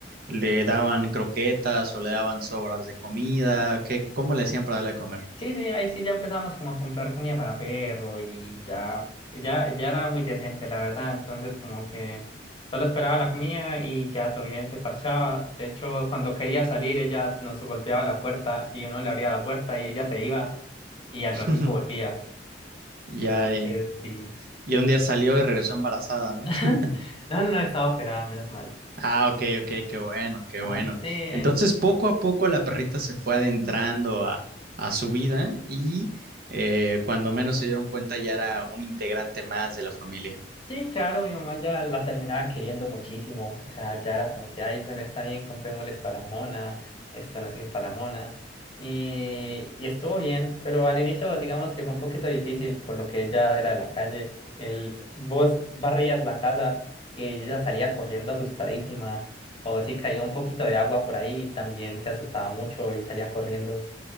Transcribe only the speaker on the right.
le daban croquetas o le daban sobras de comida, qué, cómo le hacían para darle de comer.
<laughs>
Ya,
y,
y un día salió y regresó embarazada, ¿no?
<laughs>
Ah, ok, ok, qué bueno, qué
bueno.
Entonces, poco a poco la perrita se fue adentrando a, a su vida y eh, cuando menos se dieron cuenta ya era un integrante más de la familia.